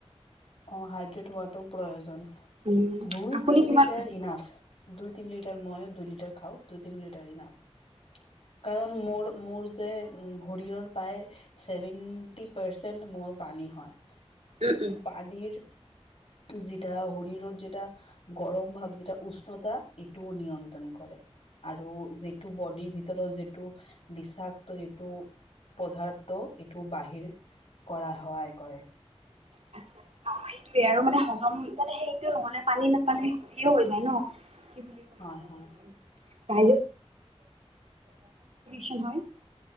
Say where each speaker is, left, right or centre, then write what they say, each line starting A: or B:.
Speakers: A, on the left; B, on the right.
A: অ হাইড্ৰেট ৱাটোও প্ৰয়োজন
B: উম
A: দুই
B: আপুনি
A: তিনি
B: কিমান
A: লিটাৰ ইনাফ দুই তিনি লিটাৰ ময়ো দুই লিটাৰ খাও দুই তিনি লিটাৰ ইনাফ কাৰণ মোৰ মোৰ যে শৰীৰৰ প্ৰায় ছেভেন্টি পাৰ্চেণ্ট মোৰ পানী হয়
B: উম উম
A: খদিৰ যেটা শৰীৰৰ যে এট গৰম ভাৱ যে উষ্ণতা এইটো নিয়ন্ত্ৰণ কৰে আৰু যিটো বডিৰ ভিতৰত যে এইটো বিষাক্ত যিটো পদাৰ্থ এইটো বাহিৰ কৰাত সহায় কৰে
B: <inaudible> অঁ সেইটোয়ে আৰু মানে হজম মানে সেইটো নহলে পানী নাপালে হেৰিও হৈ যায় ন কি বুলি কলে
A: হয়
B: তোক।
A: হয়
B: তা ই যে <unintelligible>